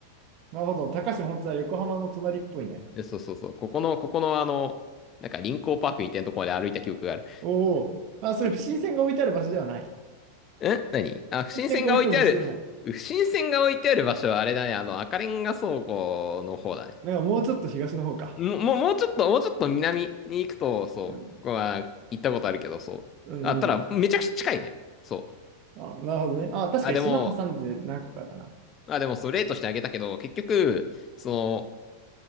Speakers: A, on the right (about 45°); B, on the left (about 35°).
A: なるほど。高島本当は横浜の隣っぽいね。
B: えそうそうそう。ここの、ここの、あの、なんか、臨港パークみたいなとこまで歩いた記憶がある。
A: おお。あ、それ、新線が置いてある場所ではない。
B: え何あ、不審船が置いてある。
A: 新線が置いてある場所ではない。
B: 不審船が置いてある場所はあれだね、あの、赤レンガ倉庫の方だね。
A: なんかもうちょっと東の方か。
B: ももう、もうちょっと、もうちょっと南に行くと、そう、
A: うん。
B: ここは行ったことあるけど、そう。
A: うん、
B: あ、ただ、
A: うん。
B: めちゃくちゃ近いね。そう。
A: あ、なるほどね。あ、確かに島挟んで何個かだな。
B: あ、でも、あ、でも、そう、例としてあげたけど、結局、その、